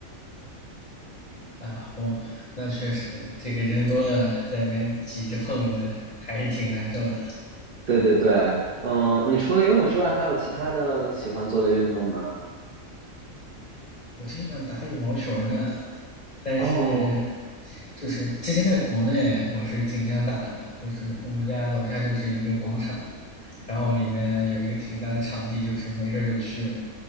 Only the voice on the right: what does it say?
对对对，嗯，你除了游泳之外，还有其他的喜欢做的运动吗？
哦